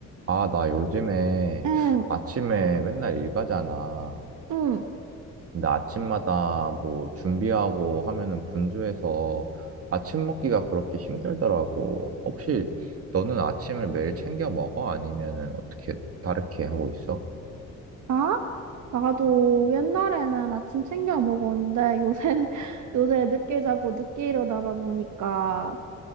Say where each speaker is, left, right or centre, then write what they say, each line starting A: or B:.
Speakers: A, on the right (about 50°); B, on the right (about 70°).
A: 아, 나 요즘에
B: 응,
A: 아침에 맨날 일 가잖아.
B: 응.
A: 근데 아침마다 뭐 준비하고 하면은 분주해서 아침 먹기가 그렇게 힘들더라고. 혹시 너는 아침을 매일 챙겨 먹어? 아니면은 어떻게 다르게 하고 있어?
B: 아? 나도 옛날에는 아침 챙겨 먹었는데 요새 <laughs> 요새 늦게 자고 늦게 일어나다 보니까